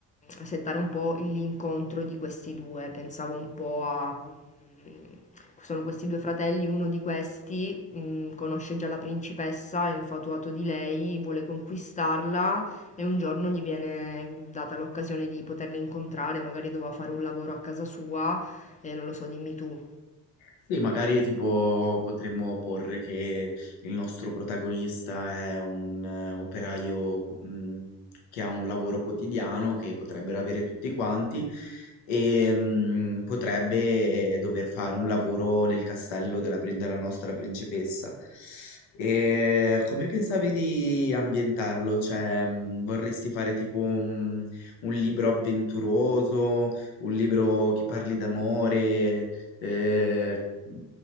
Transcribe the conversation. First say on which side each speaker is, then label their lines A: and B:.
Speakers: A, on the left; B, on the left.
A: settare un po' l'incontro di questi due, pensavo un po' a... mm, Sono questi due fratelli, uno di questi mh, conosce già la principessa, è infatuato di lei, vuole conquistarla e un giorno gli viene data l'occasione di poterla incontrare, magari doveva fare un lavoro a casa sua e non lo so, dimmi tu.
B: Sì, magari tipo potremmo porre che il nostro protagonista è un eh, operaio cu- mh, che ha un lavoro quotidiano che potrebbero avere tutti quanti e mh, potrebbe eh, dover fare un lavoro nel castello della, prin- della nostra principessa. E come pensavi di ambientarlo? Cioè, mh, vorresti fare tipo un un libro avventuroso, un libro che parli d'amore? eh, mh,